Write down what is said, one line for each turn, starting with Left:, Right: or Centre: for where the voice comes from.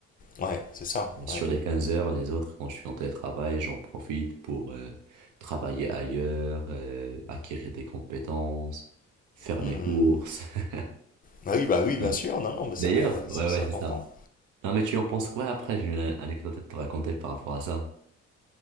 Left: Ouais, c'est ça.
Right: Et sur
Left: Ouais.
Right: les 15 heures, les autres, quand je suis en télétravail, j'en profite pour euh, travailler ailleurs, euh, acquérir des compétences, faire
Left: Hmm.
Right: mes courses. <laughs>
Left: Bah oui, bah oui, bien
Right: Ouais.
Left: sûr. Non, non, mais
Right: D'ailleurs,
Left: ça,
Right: ouais,
Left: ça, c'est
Right: ouais, c'est
Left: important.
Right: ça. Non, mais tu en penses quoi après? J'ai une an- anecdote à te raconter par rapport à ça.